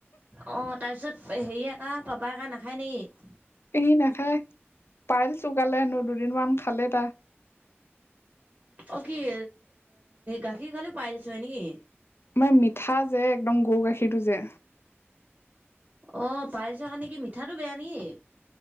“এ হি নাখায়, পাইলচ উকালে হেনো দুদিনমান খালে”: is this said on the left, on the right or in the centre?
Left